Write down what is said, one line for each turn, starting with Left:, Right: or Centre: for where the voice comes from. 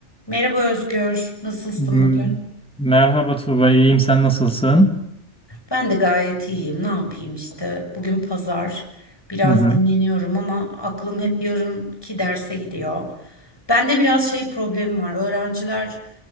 Left: Merhaba Özgür, nasılsın
Centre: M-
Left: bugün?
Centre: Merhaba Tuğba, iyiyim. Sen nasılsın?
Left: Ben de gayet iyiyim. Ne yapayım işte? Bugün pazar. Biraz
Centre: Hı hı.
Left: dinleniyorum ama aklım hep yarınki derse gidiyor. Bende biraz şey problemi var. Öğrenciler